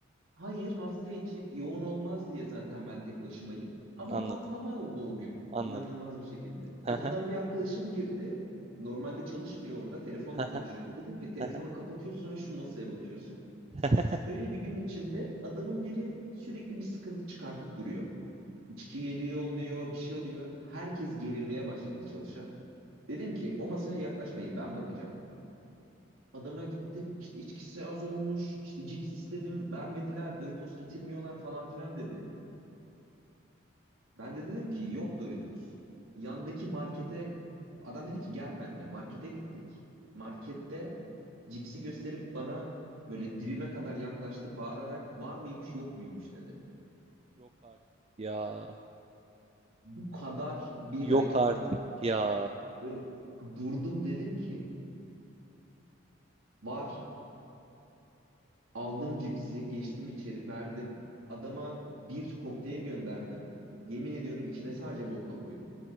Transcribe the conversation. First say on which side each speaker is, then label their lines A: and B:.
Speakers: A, on the right (about 85°); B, on the right (about 30°).
A: Hayır, hafta içi yoğun olmaz diye zaten ben tek başımayım. Ama
B: Anladım.
A: patlama oldu o gün.
B: Anladım.
A: İnanılmaz bir şekilde.
B: Hı
A: Kapıdan
B: hı,
A: bir arkadaşım girdi. Normalde çalışmıyor orada. Telefonla
B: hı
A: konuşuyordu.
B: hı,
A: Dedim ki telefonu
B: hı hı.
A: kapatıyorsun ve şu masaya bakıyorsun.
B: <laughs>
A: Böyle bir gün içinde adamın biri sürekli bir sıkıntı çıkartıp duruyor. içki geliyor oluyor, bir şey oluyor. Herkes gerilmeye başladı çalışan. Dedim ki o masaya yaklaşmayın ben bakacağım. Adama gittim işte içkisi az olmuş işte cips istedim vermediler Doritos getirmiyorlar falan filan dedi. Ben de dedim ki yok Doritos. Yandaki markete adam dedi ki gel benimle markete gittik. Markette cipsi gösterip bana böyle dibime kadar yaklaştı bağırarak var mıymış yok muymuş dedi.
B: Yok artık. Ya.
A: Bu kadar bir
B: Yok
A: hareket
B: artık
A: yaptı.
B: ya.
A: Böyle durdum dedim ki Var. Aldım cipsi, geçtim içeri, verdim. Adama bir kokteyl gönderdim. Yemin ediyorum içine sadece vodka koydum.